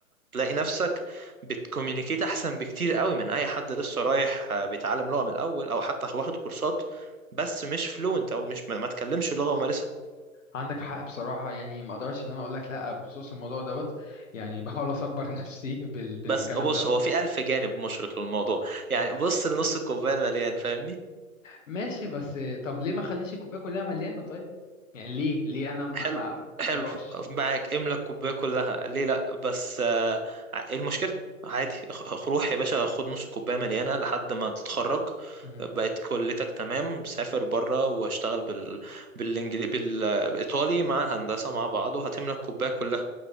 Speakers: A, on the right; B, on the left.
A: تلاقي نفسك بتكوميونيكيت احسن بكتير قوي من اي حد لسه رايح آه، بيتعلم لغة من الاول او حتى واخد كورسات بس مش فلوينت او مش ما ما تكلمش اللغة ومارسها
B: عندك حق بصراحة يعني ما اقدرش ان انا اقول لك لا بخصوص الموضوع دوت يعني بحاول اصبر <laughs> نفسي بال... بالكلام
A: بس بص
B: دوت
A: هو في الف جانب مشرق للموضوع يعني
B: مم.
A: بص لنص الكوباية المليان فاهمني
B: ماشي بس طب ليه ما اخليش الكوباية كلها مليانة طيب يعني ليه ليه انا ما
A: حلو
B: ما ما
A: حلو
B: اروحش
A: معاك املى الكوبايه كلها ليه لا بس آه، ايه المشكله عادي خ- خ- روح يا باشا خد نص كوبايه مليانه لحد ما تتخرج
B: مهم.
A: بقت كليتك تمام سافر بره واشتغل بال... بالانجلي... بالايطالي مع الهندسه مع بعض وهتملك كوبايه كلها